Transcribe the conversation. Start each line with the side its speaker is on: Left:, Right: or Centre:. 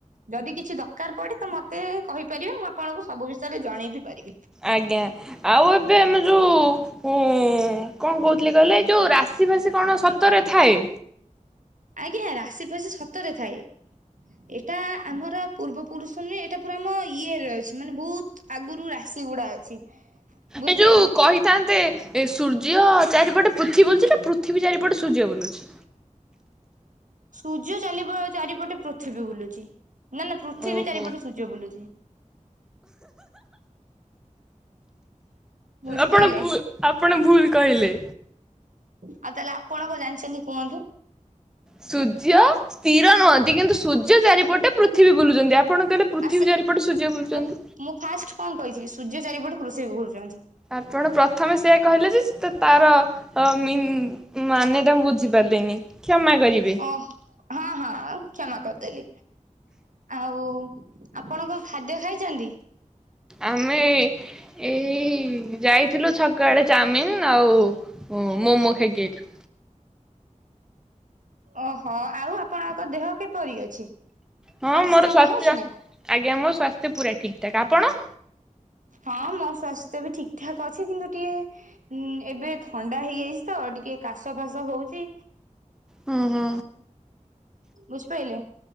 Right: ଯଦି କିଛି ଦ ଦରକାର ପଡେ ତ ମତେ କହିପାରିବେ ମୁଁ ଆପଣଙ୍କୁ ସବୁ ବିଷୟରେ ଜଣେଇ ବିି ପାରିବି।
Centre: ଆଜ୍ଞା ଆଉ ଏବେ ଆମେ ଯୋଉ ହୁଁଉ କଣ କହୁଥିଲି କହିଲେ ଏ ଯୋଉ ରାଶି ଫାସି କଣ ସତରେ ଥାଏ?
Right: ଆଜ୍ଞା ରାଶି ଫାଶି ସତରେ ଥାଏ। ଏଇଟା ଆମର ପୂର୍ବପୁରୁଷ ନୁହେଁ ଏଟା ପୁରା ଆମ ଇଏରେ ଅଛି ମାନେ ବହୁତ ଆଗରୁ ରାଶି ଗୁଡା ଅଛି। ବୁଝିପାରିଲେ।
Centre: ଏଇ ଯୋଉ କହି ତାନ୍ତେ ଏ ସୂର୍ଯ୍ୟ ଚାରିପଟେ ପୃଥିବୀ ବୁଲୁଛି ନା ପୃଥିବୀ ଚାରିପଟେ ସୂର୍ଯ୍ୟ ବୁଲୁଛି?
Right: ସୂର୍ଯ୍ୟ ଚାଲିବ ଚାରିପଟେ ପୃଥିବୀ ବୁଲୁଚି। ନା ନା ପୃଥିବୀ
Centre: ଓହୋ
Right: ଚାରିପଟେ ସୂର୍ଯ୍ୟ ବୁଲୁଛି। ବୁଝିପାଇଲେ।
Centre: ଆପଣ ଭୁଲ ଆପଣ ଭୁଲ କହିଲେ।
Right: ଆଉ ତାହେଲେ ଆପଣ କଣ ଜାଣିଛନ୍ତି କୁହନ୍ତୁ।
Centre: ସୂର୍ଯ୍ୟ ସ୍ଥିର ନୁହନ୍ତି କିନ୍ତୁ ସୂର୍ଯ୍ୟ ଚାରିପଟେ ପୃଥିବୀ ବୁଲୁଛନ୍ତି ଆପଣ କହିଲେ ପୃଥିବୀ
Right: ଆ ସେ
Centre: ଚାରିପଟେ ସୂର୍ଯ୍ୟ ବୁଲୁଛନ୍ତି।
Right: ମୁଁ ମୁଁ ଫାଷ୍ଟ କଣ କହିଥିଲି ସୂର୍ଯ୍ୟ ଚାରିପଟେ ପୃଥିବୀ ଘୁରୁଛନ୍ତି।
Centre: ଆପଣ ପ୍ରଥମେ ସେଆ କହିଲେ ଯେ ସେ ତାର ହ ମିନ ମାନେ ଟା ମୁ ବୁଝିପାରିଲନି କ୍ଷମା କରିବେ।
Right: ଓ ହଁ ହଁ କ୍ଷମା କରିଦେଲି। ଆଉ ଆପଣ କଣ ଖାଦ୍ୟ ଖାଇଛନ୍ତି?
Centre: ଆମେ ଏଇ ଯାଇଥିଲୁ ଛକଆଡେ ଚାଉମିିନ ଆଉ ମୋମୋ ଖାଇକି ଆଇଥିଲୁ।
Right: ଓହୋ ଆଉ ଆପଣଙ୍କ ଦେହ କିପରି ଅଛି
Centre: ହଁ
Right: ସ୍ଵାସ୍ଥ୍ୟ
Centre: ମୋର ସ୍ୱାସ୍ଥ୍ୟ
Right: ଭଲ ଅଛି ନା?
Centre: ଆଜ୍ଞା ମୋ ସ୍ୱାସ୍ଥ୍ୟ ପୁରା ଠିକ୍ ଠାକ୍। ଆପଣ?
Right: ହଁ ମୋ ସ୍ଵାସ୍ଥ୍ୟ ବି ଠିକ୍ ଠାକ୍ ଅଛି କିନ୍ତୁ ଟିକେ ହୁଁ ଏବେ ଥଣ୍ଡା ହେଇଯାଇଛି ତ ଟିକେ କାଶ ଫାସ ହଉଚି।
Centre: ହୁଁ ହୁଁ।
Right: ବୁଝିପାଇଲେ।